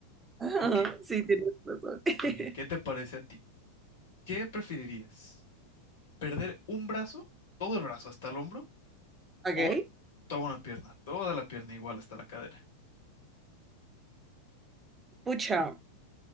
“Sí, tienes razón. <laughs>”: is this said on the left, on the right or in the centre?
Right